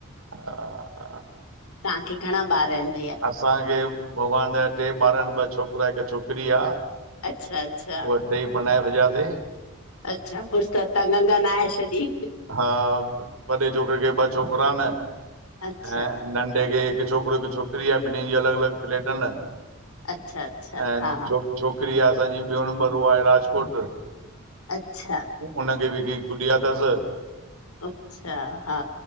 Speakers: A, on the right; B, on the left.
A: हा
B: तांखे घणा ॿार इनि भैया?
A: असांखे भॻवान जा टे ॿार इनि ॿ छोकिरा हिक छोकिरी आ।
B: अच्छा अच्छा।
A: टई परिनाए छॾियासे।
B: अच्छा, फिर त तां गंगा नहाए छॾी।
A: हा वॾे छोकिरे खे ॿ छोकिरा इन ऐं
B: अच्छा
A: नंढ नंढे खे हिकु छोकिरो हिक छोकिरी आ ॿिनहिनि जी अलॻि अलॻि फ्लेट इन।
B: अच्छा अच्छा।
A: ऐं
B: हा
A: छोक छोकिरी आ असांजी ॿियों नंबर उहा आहे राजकोट।
B: अच्छा। अच्छा
A: उनखे बि हिकिड़ी गुॾिया तसि।
B: अच्छा, हा।